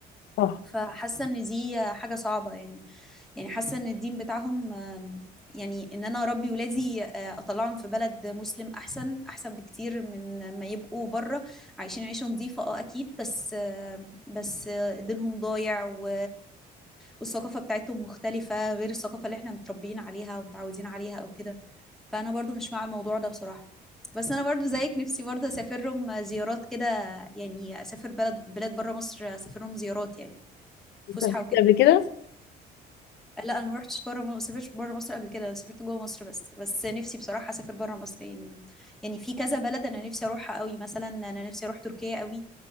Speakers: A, on the left (about 80°); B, in the centre.
A: صح
B: فحاسه ان دي حاجه صعبه يعني يعني حاسه ان الدين بتاعهم آم، يعني ان انا اربي ولادي آه، اطلعهم في بلد مسلم احسن احسن بكتير من ما يبقوا بره عايشين عيشه نظيفه اه اكيد بس آه، بس آه، دينهم ضايع و والثقافه بتاعتهم مختلفه غير الثقافه اللي احنا متربيين عليها ومتعودين عليها او كده فانا برضو مش مع الموضوع ده بصراحه بس انا برضو زيك نفسي برضو اسافرهم زيارات كده يعني اسافر بلد بلاد بره مصر اسافرهم زيارات يعني
A: انت
B: فسحه
A: فاكرة
B: وكده
A: قبل كده
B: لا انا ما رحتش بره ما سافرتش بره مصر قبل كده انا سافرت جوه مصر بس بس نفسي بصراحه اسافر بره مصر يعني يعني في كذا بلد انا نفسي اروحها قوي مثلا انا نفسي اروح تركيا قوي